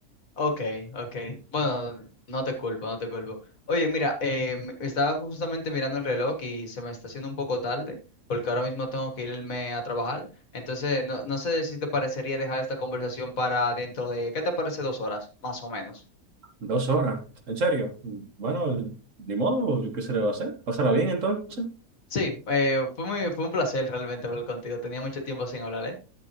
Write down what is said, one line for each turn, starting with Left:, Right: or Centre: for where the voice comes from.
Left: Ok, ok. Bueno, no te culpo, no te culpo. Oye, mira, eh, me- estaba justamente mirando el reloj y se me está haciendo un poco tarde porque ahora mismo tengo que irme a trabajar. Entonces, no, no sé si te parecería dejar esta conversación para dentro de, ¿qué te parece dos horas, más o menos?
Right: Dos horas, en serio. Bueno, ni modo, qué se le va a hacer. Pasará bien entonces.
Left: Sí, eh, fue muy, fue un placer realmente hablar contigo. Tenía mucho tiempo sin hablar, ¿eh?